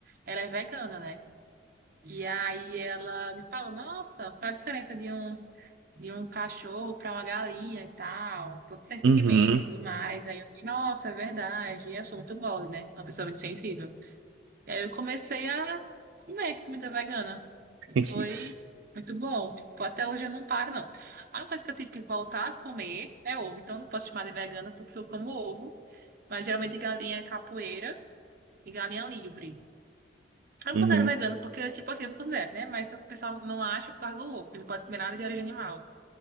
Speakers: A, on the right; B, on the right.
A: ela é vegana, né? E aí ela me falou, nossa, qual a diferença de um, de um cachorro para uma galinha e tal? Todos são sentimentos
B: Uhum.
A: e tudo mais. Aí eu fiquei, nossa, é verdade. E eu sou muito mole, né? Sou uma pessoa muito sensível. E aí eu comecei a comer comida vegana. E
B: <laughs>
A: foi muito bom. Tipo, até hoje eu não paro, não. A única coisa que eu tive que voltar a comer é ovo. Então eu não posso chamar de vegana porque eu como ovo. Mas geralmente galinha é capoeira e galinha livre. Eu não
B: Uhum,
A: considero vegano porque, tipo assim, eu não considero, né? Mas o pessoal não acha por causa do ovo, que não pode comer nada de origem animal.